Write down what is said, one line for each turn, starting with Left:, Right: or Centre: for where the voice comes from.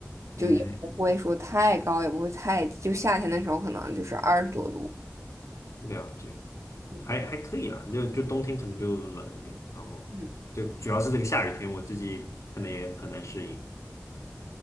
Right: 就也不会说太高，
Left: 嗯嗯，
Right: 也不会太低，就夏天的时候可能就是二十多度。
Left: 了解，
Right: 嗯
Left: 还还可以啦，就就冬天可能就冷一点，然后就主要是这个下雨天，
Right: 嗯，
Left: 我自己可能也很难适应。